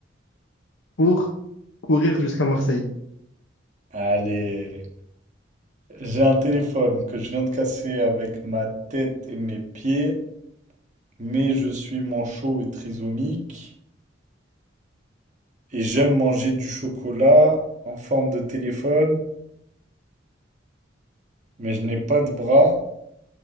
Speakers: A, on the left; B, on the right.
A: pour courir jusqu'à Marseille.
B: Allez, j'ai un téléphone que je viens de casser avec ma tête et mes pieds, Mais je suis manchot et trisomique et j'aime manger du chocolat en forme de téléphone, mais je n'ai pas de bras.